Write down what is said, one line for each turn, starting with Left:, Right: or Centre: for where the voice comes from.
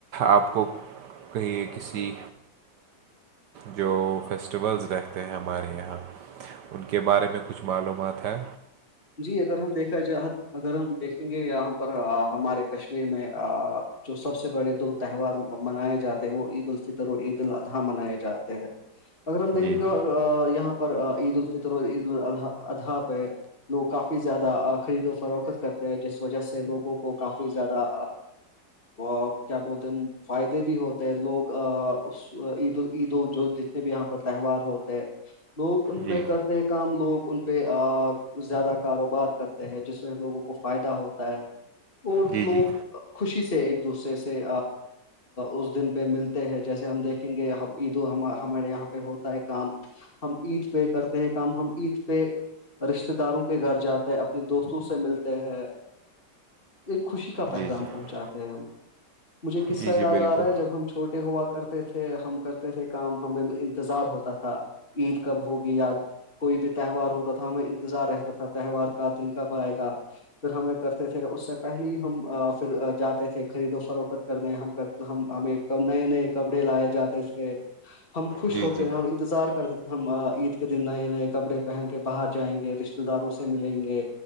Right: آپ کو کہیے کسی جو فیسٹیولز رہتے ہیں ہمارے یہاں ان کے بارے میں کچھ معلومات ہیں
Left: جی اگر ہم دیکھا ج اگر ہم دیکھیں گے یہاں پر ہمارے کشمیر میں جو سب سے بڑے دو تہوار منائے جاتے ہیں وہ عید الفطر اور عید الاضحی منائے جاتے ہیں اگر ہم دیکھیں
Right: جی
Left: گے ا
Right: جی
Left: یہاں پر عید الفطر اور عید اضحی اضحا پہ لوگ کافی کافی زیادہ خرید و فروخت کرتے ہیں جس وجہ سے لوگوں کو کافی زیادہ کیا بولتے ہیں فائدے بھی ہوتے ہیں لوگ اس عیدید جو بھی یہاں پر تہوار ہوتے ہے لوگ ان
Right: جی
Left: پہ کرتے ہیں کام لوگ ان پہ زیادہ کاروبار کرتے ہیں جس میں لوگوں کو فائدہ ہوتا ہے اور
Right: جی
Left: لوگ
Right: جی
Left: خوشی سے ایک دوسرے سے اس دن پہ ملتے ہیں جیسے ہم دیکھیں گے عید ہمارے یہاں پہ ہوتا ہے کام ہم عید پہ کرتے ہیں کام ہم عید پہ رشتے رشتے داروں کے گھر جاتے ہیں اپنے دوستوں سے ملتے ہیں ایک خوشی کا پیغام
Right: جی جی
Left: پہنچاتے ہیں ہم مجھے قصہ
Right: جی
Left: یاد
Right: جی بالکل
Left: آ رہا ہے جب ہم چھوٹے ے ہوا کرتے تھے ہم کرتے تھے کام ہمیں انتظار ہوتا تھا عید کب ہوگی یا کوئی بھی تہوار ہوتا تھا ہم انتظار رہتا تھا تہوار کا دن کب آئے گا پھر ہمیں کرتے تھے اس سے پہلے ہی ہم پھر جاتے تھے خرید و فروخت کرنے ہم ہم ہمیں ک نئے نئے کپڑے لائے جاتے تھے ہم خوش
Right: جی
Left: ہوتے
Right: جی
Left: ہم انتظار کرتے تھے ہم عید کے دن نئے نئے کپڑے پہن کے باہر جائیں گے رشتتے داروں سے ملیں گے